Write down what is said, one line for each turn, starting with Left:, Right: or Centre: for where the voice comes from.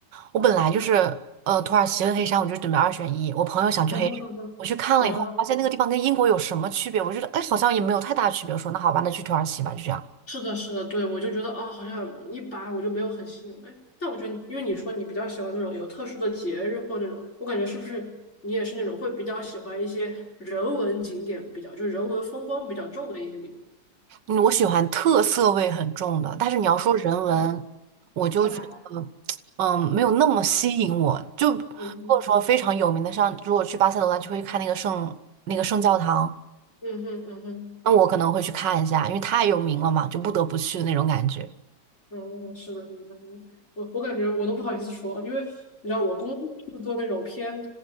Right: 我本来就是呃，土耳其和黑山，我就准备二选一。我朋友想去黑山我去看了以后，
Left: 然后呢？哦
Right: 我发现那个地方跟英国有什么区别？我觉得哎，好像也没有太大区别。我说那好吧，那去土耳其吧，就这样。
Left: 是的，是的，对，我就觉得啊、好像一般，我就没有很吸引我。哎但我觉得，因为你说你比较喜欢那种有特殊的节日或那种，我感觉是不是你也是那种会比较喜欢一些人文景点比较，就是人文风光比较重的一些地方？
Right: 嗯，我喜欢特色味很重的，但是你要说人文，
Left: 哦，嗯，
Right: 我就觉得嗯，
Left: 就还好。
Right: 没有那么吸引我。
Left: 嗯
Right: 就如果说非常有名的，
Left: 嗯哼，
Right: 像如果去巴塞罗那，就会看那个圣那个圣教堂。
Left: 嗯哼，嗯哼。
Right: 那我可能会去看一下，因为太有名了嘛，就不得不去的那种感觉。
Left: 嗯，是的，明白明白我我感觉我都不好意思说，因为你知道我工作是做那种偏